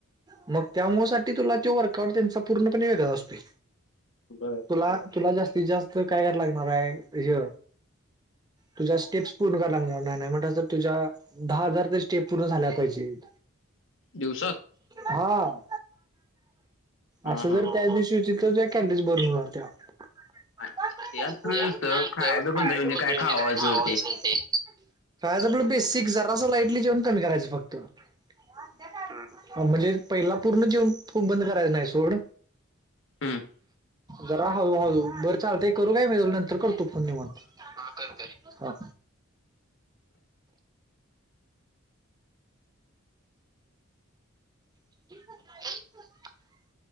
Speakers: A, on the right; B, on the left.
A: मग तत्यामुळंसाठी... तुला त्यो वर्कआउट... त्यांचा पूर्णपणे येगळा असतोय
B: बरं.
A: तुला... तुला... जास्तीत जास्त काय कराय लागणार हाय... हय तुझ्या स्टेप्स पूर्ण कराया लागणार... नाय नाय म्हंटला तर तुझ्या दहा हजार तरी स्टेप पूर्ण झाल्या पाहिजेत.
B: दिवसात?
A: हा...
B: हां,
A: असं
B: हां.
A: जर त्या दिशी <unintelligible> ज्या कॅलरीज बर्न होणार त्या तेच
B: ते असं नसतं
A: ना... तेवढं.... खायचं...
B: पण रे
A: म्हणतोय म्हणजे
B: खावायचं
A: काय खाव्हायचं ते खायचं... आपलं बेसिक... जरासं... लाइटली जेवण कमी करायचं... फक्त... हम्म. अ... म्हणजे पहिला पूर्ण जेवण... खूप बंद करायचं नाई सोड
B: हूं.
A: जरा हळू हळू.... बरं चालतंय... करू काय मी तुला नंतर करतो फोन... निवांत... हा कर कर हा. <unintelligible>